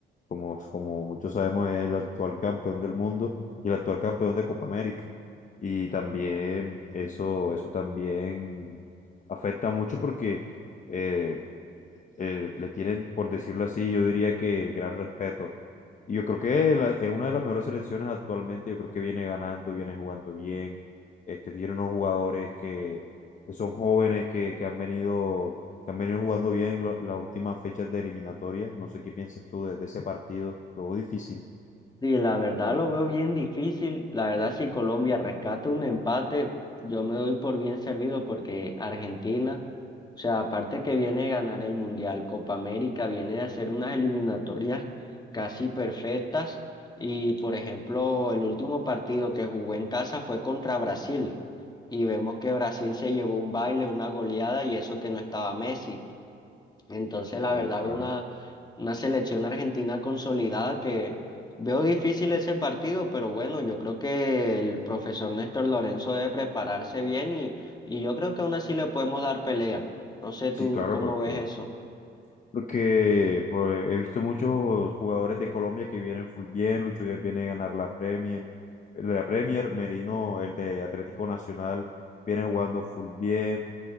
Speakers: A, on the left (about 40°); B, on the left (about 20°).
A: como, como muchos sabemos, es el actual campeón del mundo y el actual campeón de Copa América. Y también eso, eso también afecta mucho porque eh, eh, le tienen, por decirlo así, yo diría que gran respeto. Y yo creo que la- es una de las mejores selecciones actualmente, yo creo que viene ganando, viene jugando bien, este, tiene unos jugadores que, que son jóvenes, que, que han venido, que han venido jugando bien lo- las últimas fechas de eliminatorias. No sé qué piensas tú de, de ese partido, luego difícil.
B: Sí, la verdad lo veo bien difícil. La verdad, si Colombia rescata un empate, yo me doy por bien servido porque Argentina, o sea, aparte que viene de ganar el Mundial Copa América, viene de hacer unas eliminatorias casi perfectas. Y, por ejemplo, el último partido que jugó en casa fue contra Brasil. Y vemos que Brasil se llevó un baile, una goleada, y eso que no estaba Messi. Entonces,
A: Sí,
B: la verdad,
A: claro.
B: una, una selección argentina consolidada que veo difícil ese partido, pero bueno, yo creo que el profesor Néstor Lorenzo debe prepararse bien y, y yo creo que aún así le podemos dar pelea. No sé
A: Sí,
B: tú
A: claro,
B: cómo
A: porque
B: ves eso.
A: Porque pues, he visto muchos jugadores de Colombia que vienen full bien, Lucho Díaz viene a ganar la Premier, eh, la Premier, Merino, el de Atlético Nacional, viene jugando full bien.